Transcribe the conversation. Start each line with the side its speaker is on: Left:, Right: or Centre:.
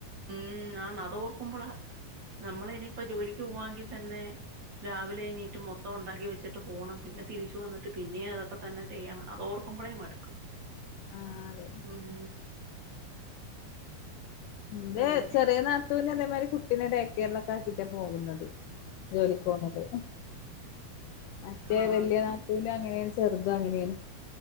Right: ഉം ആണ് അത് ഓർക്കുമ്പോളാ. നമ്മള് ഇനിയിപ്പോ ജോലിക്ക് പോകുവാണെങ്കിൽ തന്നെ രാവിലെ എണീറ്റ് മൊത്തം ഉണ്ടാക്കി വെച്ചിട്ട് പോണം പിന്നെ തിരിച്ച് വന്നിട്ട് പിന്നെയും അത് ഒക്ക തന്നെ ചെയ്യണം അത് ഓർക്കുമ്പോളേ മടുക്കും.
Left: ആഹ് അതെ
Right: ഉം
Left: എന്റെ
Right: പിന്നെ
Left: ചെറിയ നാത്തുനെ. കുട്ടിനെ ഡെകേറിൽ ഒക്കെ ആക്കിട്ടാ പോകുന്നത്. ജോലിക്ക് പോന്നത് മറ്റേ
Right: ആഹ്
Left: വലിയ
Right: അതും
Left: നാത്തൂനും അങ്ങനെ ആണ്. ചെറുതാ അങ്ങനെയാണ്